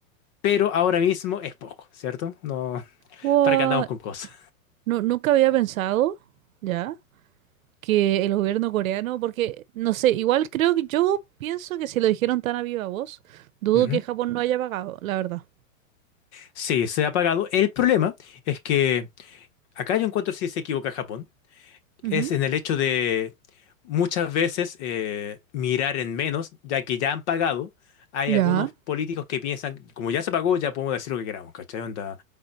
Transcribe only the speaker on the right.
¡Wow!
No, nunca había pensado, ya, que el gobierno coreano, porque, no sé, igual creo que yo pienso que si lo dijeron tan a viva voz, dudo
que Japón no haya pagado, la verdad.
Ujú,
Ya.